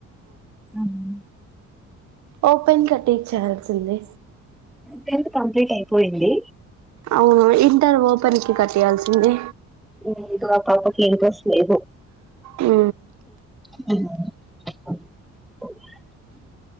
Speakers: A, in the centre; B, on the right (about 70°).
A: హమ్
B: ఓపెన్ కట్టి చేయాల్సింది
A: టెన్త్ కంప్లీట్ అయిపోయింది
B: అవును ఇంటర్ ఓపెన్ కి కట్టేయాల్సింది
A: ఏమో ఆ పాపకి ఇంట్రెస్ట్ లేదు
B: ఉ
A: అవు